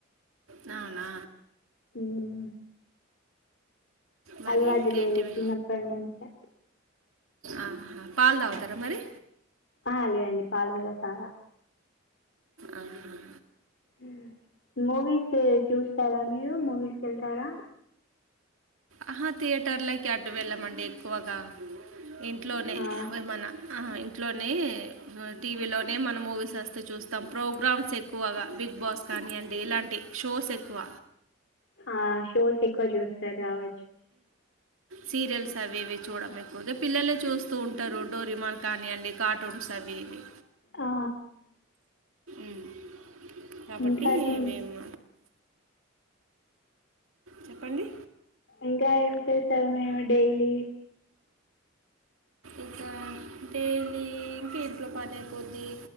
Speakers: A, on the right; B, on the left.
A: నాన్న
B: మ్మ్
A: మరి
B: అలవాటు
A: ఇంకేంటివి
B: లేదు చిన్నప్పటి నుంచే
A: ఆహా పాలు తాగుతారా మరి
B: ఆ లేవండి పాలు కూడా తాగ
A: ఆహా
B: హ మూవీస్ చూస్తారా మీరు మూవీస్ వెళ్తారా
A: ఆహా థియేటర్లకి అటు వెళ్ళమండి ఎక్కువగా ఇంట్లోనే
B: ఆ
A: మన ఇంట్లోనే టీవీలోనే మన మూవీస్ వస్తే చూస్తాం ప్రో ప్రోగ్రామ్స్ ఎక్కువగా బిగ్ బాస్ కానీ అండి ఇలాంటి షోస్ ఎక్కువ
B: ఆ షోస్ ఎక్కువ చెస్ స్టార్ కావా
A: సీరియల్స్ అవి ఇవి చూడం ఎక్కువగా పిల్లలే చూస్తూ ఉంటారు డోరిమాన్ కానీయండి కార్టూన్స్ అవి ఇవి
B: ఆ
A: ఉమ్, కాబట్టి
B: ఇంకా ఇప్పుడు
A: మేము చెప్పండి
B: ఇంకా ఏం చేశారు మేము డైలీ
A: ఇకా డైలీ ఇంక్ ఇట్లో పని అయిపోద్ది